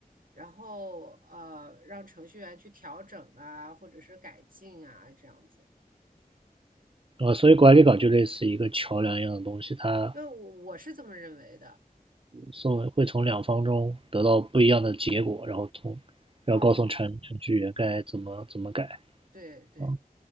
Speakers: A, on the right (about 70°); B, on the right (about 40°).
A: 然后呃，让程序员去调整啊，或者是改进啊，这样子。
B: 呃，所以管理岗就类似一个桥梁一样的东西，它
A: 对，我我是这么认为的
B: 送会从两方中得到不一样的结果，然后从然后告诉程程序员该怎么怎么改
A: 啊，对对
B: 啊。